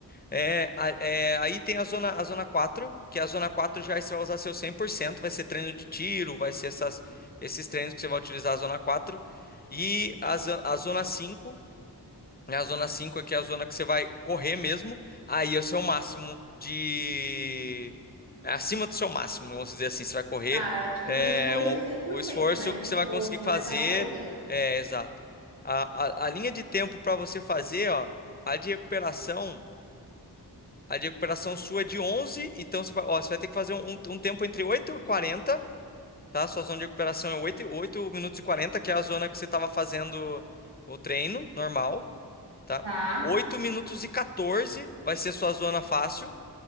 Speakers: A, on the left; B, on the right.
A: É, a- é, aí tem a zona, a zona quatro que a zona 4 já você vai usar seu cem por cento vai ser treino de tiro, vai ser essas, esses treinos que você vai utilizar a zona quatro E a, zo- a zona cinco A zona 5 aqui é a zona que você vai correr mesmo. Aí é o seu máximo de. é acima do seu máximo, vamos dizer assim. Você vai correr
B: Tá, é tipo,
A: é,
B: meu esforço
A: o,
B: cem
A: o
B: por cento,
A: esforço
B: né?
A: que
B: Tipo,
A: você vai conseguir fazer.
B: naquela corrida.
A: É, exato. A, a, a linha de tempo para você fazer, ó, a de recuperação, a de recuperação sua é de 11. Então você vai, ó, você vai ter que fazer um, um tempo entre 8 e 40, tá? Sua zona de recuperação é 8, e- minutos e 40, que é a zona que você estava fazendo o treino normal tá?
B: Tá,
A: oito minutos e 14 vai ser sua zona fácil,